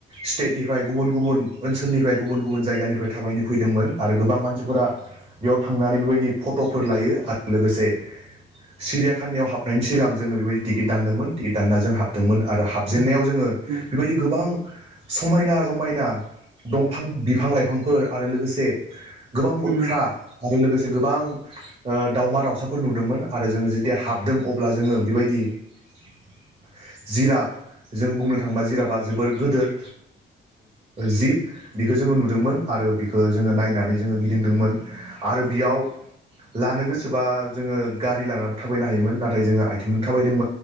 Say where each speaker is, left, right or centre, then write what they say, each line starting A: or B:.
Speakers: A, on the right; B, on the right.
A: स्टेटनिफ्राय गुबुन गुबुन ओनसोलनिफ्राय गुबुन गुबुन जायगानिफ्राय थाबायनो फैदोंमोन आरो गोबां मानसिफोरा बेयाव थांनानै बेबायदि फट'फोर लायो आरो लोगोसे सिरियाखानियाव हाबनायनि सिगां जोङो बेबायदि टिकिट दानदोंमोन टिकेट दानना जों हाबदोंमोन। आरो हाबजेनन्नायाव
B: उम
A: जोङो
B: उम
A: बेबायदि गोबां समायना रमायना दंफां बिफां लाइफांफोर आरो लोगोसे गोबां मोख्रा
B: उम
A: आरो लोगोसे गोबां ओ दावमा दाउसाफोर नुदोंमोन आरो जोङो जुदि हाबदों अब्ला जोङो बेबायदि जिराब जों बुंनो थाङोबा जिराबा जोबोर गोदोर जिब बेखौ जोङो नुदोंमोन आरो बिखौ जोङो नायनानै जोङो गिदिंदोंमोन आरो बियाव लानो गोसोबा जोङो गारि लानानै थाबायनो हायोमोन नाथाय जोङो आथिंजों थाबायदोंमोन। जों